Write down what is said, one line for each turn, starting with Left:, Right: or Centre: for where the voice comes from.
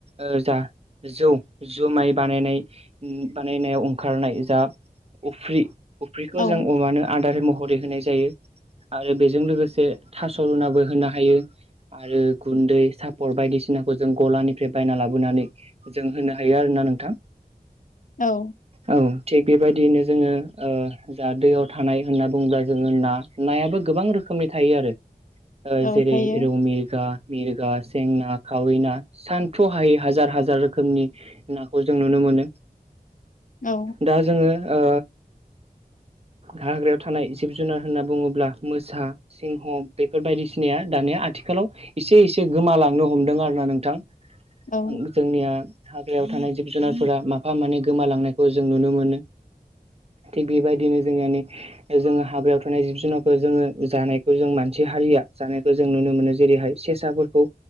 Right: ओ जा जौ जुमाइ बानायनाय बानायनायाव ओंखारनाय जा अफ्रि अफ्रिखौ
Left: औ
Right: जों अमानो आदार महरै होनाय जायो आरो बेजों लोगोसे थास' रुनाबो होनो हायो। आरो गुन्दै सापर बायदिसिनाखौ जों गलानिफ्राय बायना लाबोनानै जों होनो हायो आरो ना नोंथां।
Left: औ
Right: औ थिग बेबायदियैनो जोङो ओ जा दैयाव थानाय होनना बुङोब्ला जोङो ना नायाबो गोबां रो खोमनि थायो आरो
Left: औ
Right: जेरै
Left: थायो
Right: रौ मिरगा मिरगा सेंना खावै ना सान्थ्र' हायै हाजार हाजार रोखोमनि नाखौ जों नुनो मोनो
Left: औ
Right: दा जोङो ओ हाग्रायाव थानाय जिब जुनार होनना बुङोब्ला मोसा सिंहम बेफोर बायदिसिनाया दानिया आथिखालाव एसे एसे गोमालांनो हमदों आरो ना नोंथां
Left: औ
Right: जोंनिया हाग्रायाव थानाय जिब जुनारफोरा माफा मानै गो गोमालांनायखौ जों नुनो मोनो। थिग बेबायदिनो जोंनि माने जोङो हाबायाव थानाय जिब जुनारखौ जोङो जानायखौ जों मान सि हारिया जानायखौ जों नुनो मोनो जेरैहाय सेसाफोरखौ